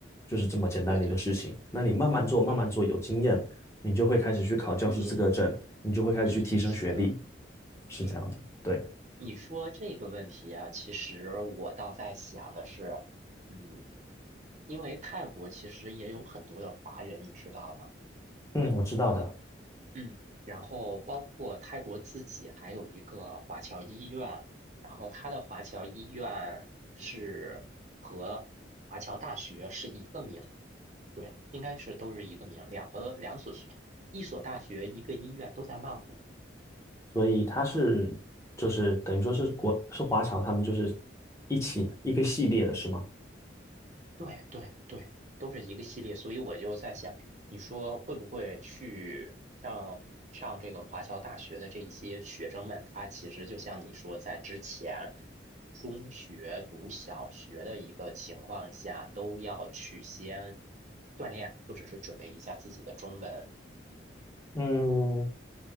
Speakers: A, on the left; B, on the right.
A: 就是这么简单的一个事情。
B: 对对对，
A: 那你慢慢做，
B: 嗯嗯
A: 慢慢做，有经验，你就会开始去考教师资格证，
B: 嗯
A: 你就会开始去提升学历，
B: 嗯，是的，
A: 是这样的。
B: 对。
A: 对，
B: 你说这个问题啊，其实我倒在想的是，嗯，因为泰国其实也有很多的华人，你知道吗？
A: 嗯，我知道的。
B: 嗯，然后包括泰国自己还有一个华侨医院，然后它的华侨医院是和华侨大学是一个名，对，应该是都是一个名，两个两所学，一所大学一个医院都在曼谷。
A: 所以他是就是等于说是国是华侨，他们就是一起一个系列的是吗？
B: 对对对，都是一个系列，所以我就在想，你说会不会去像上这个华侨大学的这一些学生们，他其实就像你说，在之前中学读小学的一个情况下，都要去先锻炼，或者是准备一下自己的中文。
A: 嗯，